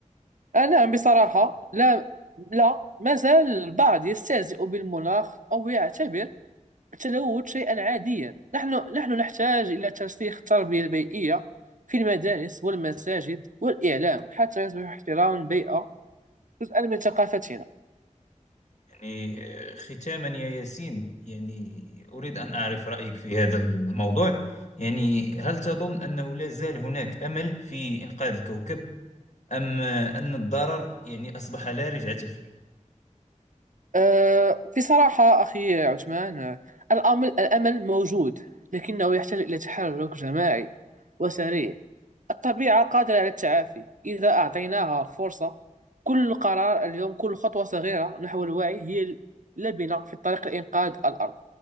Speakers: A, on the right; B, on the left.
A: آه نعم بصراحة لا لا ما زال البعض يستهزئ بالمناخ أو يعتبر التلوث شيئا عاديا نحن نحن نحتاج إلى ترسيخ التربية البيئية في المدارس والمساجد والإعلام حتى يصبح احترام البيئة جزءا من ثقافتنا
B: يعني آه، ختاما يا ياسين يعني أريد أن أعرف رأيك في هذا الموضوع يعني هل تظن أنه لا زال هناك أمل في إنقاذ الكوكب أم أن الضرر يعني أصبح لا رجعة فيه
A: أه، بصراحة أخي عثمان أه، الأمل الأمل موجود لكنه يحتاج إلى تحرك جماعي وسريع الطبيعة قادرة على التعافي إذا أعطيناها فرصة كل قرار اليوم كل خطوة صغيرة نحو الوعي هي لبنة في طريق لإنقاذ الأرض